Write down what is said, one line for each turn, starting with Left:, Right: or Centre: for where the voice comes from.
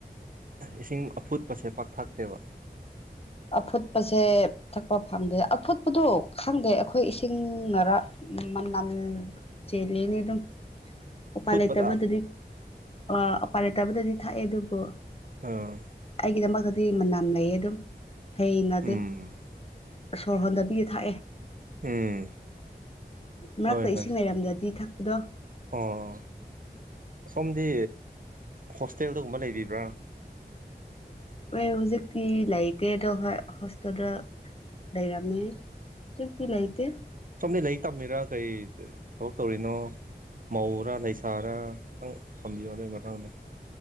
Right: ꯏꯁꯤꯡ ꯑꯐꯨꯠꯄꯁꯦ ꯄꯥꯛꯊꯛꯇꯦꯕ
Left: ꯑꯐꯨꯠꯄꯁꯦ ꯊꯛꯄ ꯐꯪꯗꯦ ꯑꯐꯨꯠꯄꯗꯣ ꯈꯪꯗꯦ ꯑꯩꯈꯣꯏ ꯆꯤꯡꯅꯔ ꯃꯅꯝ ꯆꯦꯜꯂꯤꯅꯤ ꯑꯗꯨꯝ ꯎꯄꯥꯏ
Right: ꯐꯨꯠꯄꯗ
Left: ꯂꯩꯇꯕꯗꯗꯤ ꯑ ꯎꯄꯥꯏ ꯂꯩꯇꯕꯗꯗꯤ ꯊꯥꯛꯑꯦ ꯑꯗꯨꯕꯨ
Right: ꯑꯥ
Left: ꯒꯤꯗꯃꯛꯇꯗꯤ ꯃꯅꯝ ꯂꯩꯌꯦ ꯑꯗꯨꯝ ꯍꯩꯅꯗꯦ
Right: ꯎꯝ
Left: ꯁꯣꯔ ꯍꯣꯟꯗꯕꯤ ꯊꯥꯛꯑꯦ
Right: ꯎꯝ
Left: ꯃꯔꯛꯇ
Right: ꯍꯣꯏ ꯍꯣꯏ
Left: ꯏꯁꯤꯡ ꯂꯩꯔꯝꯗ꯭ꯔꯗꯤ ꯊꯛꯄꯗꯣ
Right: ꯑꯣ ꯁꯣꯝꯗꯤ ꯍꯣꯁꯇꯦꯜꯗꯒꯨꯝꯕ ꯂꯩꯕꯤꯕ꯭ꯔꯥ
Left: ꯑꯦ ꯍꯧꯖꯤꯛꯇꯤ ꯂꯥꯏꯇꯗ ꯍ ꯍꯁꯗ ꯂꯩꯔꯃꯦꯛꯇꯤ ꯂꯩꯇꯦ
Right: ꯁꯣꯝꯗ ꯂꯥꯏꯔꯤꯛ ꯇꯝꯃꯤꯔꯥ ꯀꯩ ꯊꯕꯛ ꯇꯧꯔꯤꯅꯣ ꯃꯧꯔꯥ ꯂꯩ ꯁꯥꯥꯔ ꯈꯤꯇꯪ ꯊꯝꯕꯤꯌꯣ ꯅꯒꯤ ꯃꯇꯥꯡꯗ